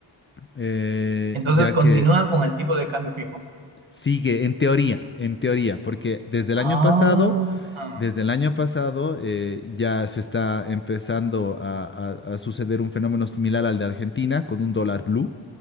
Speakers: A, on the left (about 25°); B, on the right (about 70°).
A: eh,
B: Entonces
A: ya
B: continúan
A: que
B: con el tipo de cambio fijo.
A: sigue en teoría, en teoría, porque desde el año
B: Ah,
A: pasado,
B: ah,
A: desde el año pasado eh, ya se está empezando a, a- a suceder un fenómeno similar al de Argentina con un dólar blue,